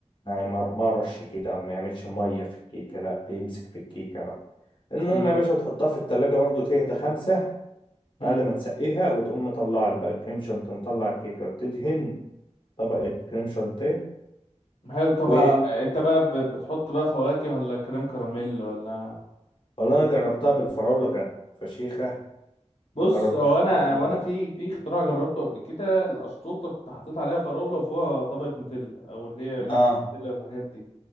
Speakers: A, on the left (about 45°); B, on the left (about 60°).
A: يعني ما يمرمرش كده او ما يعملش مية في الكيكة لا بيمسك في الكيكة بقى المهم
B: امم
A: يا باشا تحطها في التلاجة برضو تهدى خمسة
B: امم
A: بعد ما تسقيها وتقوم مطلع بقى الكريم شانتيه مطلع الكيكة وتدهن طبقة كريم شانتيه
B: حلو طب
A: والله
B: آه، انت بقى ب- بتحط بقى فواكه ولا كريم كراميل ولا
A: انا جربتها بالفراوله كانت فشيخه
B: بص
A: وجربتها
B: هو
A: حطيت
B: انا وانا في في اختراع جربته قبل كده الاشطوطه كنت حطيت عليها فراوله وفوقها طبقه نوتيلا او اللي هي ماكس
A: اه
B: نوتيلا والحاجات دي